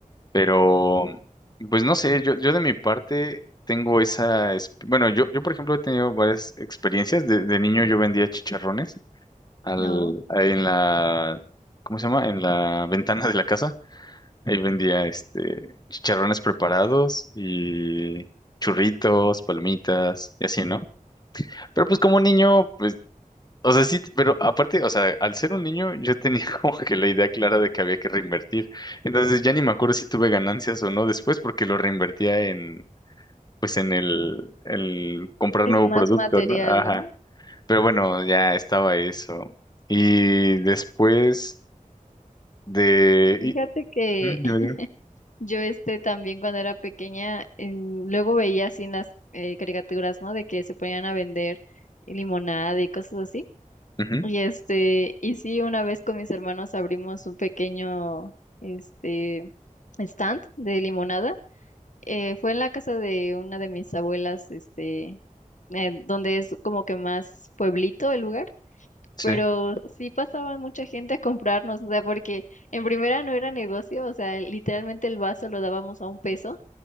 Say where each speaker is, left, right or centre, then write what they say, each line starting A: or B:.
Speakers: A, on the left (about 30°); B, on the left (about 65°).
A: Pero, pues no sé, yo, yo de mi parte tengo esa... esp- Bueno, yo, yo por ejemplo he tenido varias experiencias. De, de niño yo vendía chicharrones al,
B: No,
A: ahí en la, ¿cómo se llama? En la ventana de la casa. Ahí vendía este chicharrones preparados y churritos, palomitas y así, ¿no? Pero pues como niño, pues, o sea, sí, pero aparte, o sea, al ser un niño yo tenía <laughs> como que la idea clara de que había que reinvertir. Entonces ya ni me acuerdo si tuve ganancias o no después porque lo reinvertía en, pues en el, el comprar
B: es
A: nuevo
B: más
A: producto,
B: material,
A: ¿no? Ajá.
B: ¿no?
A: Pero bueno, ya estaba eso. Y después De...
B: Fíjate
A: y-
B: que
A: ujú, dime,
B: <laughs>
A: dime.
B: yo este también cuando era pequeña, em, luego veía así en las eh, caricaturas, ¿no? De que se ponían a vender limonada y cosas así.
A: Ujú,
B: Y este, y sí, una vez con mis hermanos abrimos un pequeño, este, stand de limonada. Eh, fue en la casa de una de mis abuelas, este, eh, donde es como que más pueblito el lugar.
A: sí.
B: Pero sí pasaba mucha gente a comprarnos, o sea, porque en primera no era negocio, o sea, literalmente el vaso lo dábamos a un peso,